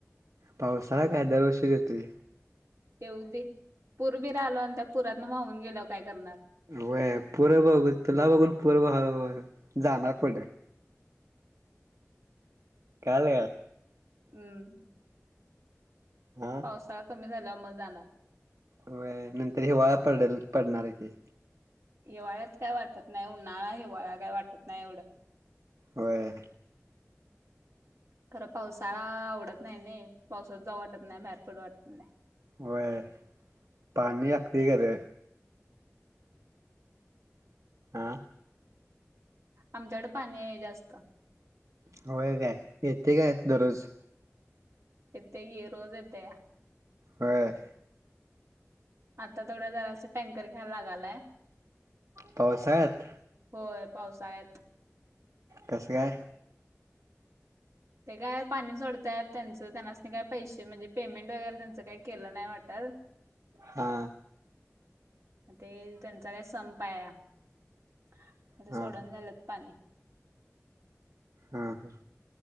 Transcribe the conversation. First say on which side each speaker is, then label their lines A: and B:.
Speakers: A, on the right; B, on the right.
A: पावसाळा काय दर वर्षीच येतोय.
B: येऊ दे. पूरबीर आला आणि त्या पुरातन व्हाऊन गेलो काय करणार.
A: वय, पूर बघ तुला बघून पुर जाणार पुढ. काल
B: हम्म
A: हा
B: पावसाळा कमी झाल्यावर म जाणार.
A: व्हय नंतर हिवाळा पडल पडणार की.
B: हिवाळ्यात काय वाटत नाही. उन्हाळा हिवाळा काय वाटत नाही एवढं.
A: व्हय.
B: खरं पावसाळा आवडत नाही नाही. पावसात जाऊ वाटत नाही बाहेर पडू वाटत नाही.
A: व्हय पाणी हकदी गर आह
B: आमच्याकड पाणी आहे जास्त.
A: होय काय येते काय दररोज.
B: येते की. रोज येतया.
A: होय.
B: आता तेवड जरास टँकर घ्या लागालय.
A: पावसाळ्यात.
B: होय पावसाळ्यात.
A: कस काय?
B: ते काय पाणी सोडताय त्यांचं त्यांनाच नाही काय पैसे म्हणजे पेमेंट वगैरे त्यांचं काही केलं नाही वाटल.
A: हा
B: ते त्यांचा काय संप आहे. आता
A: हा
B: सोडुण
A: हा
B: झालंत पाणी.
A: हा हा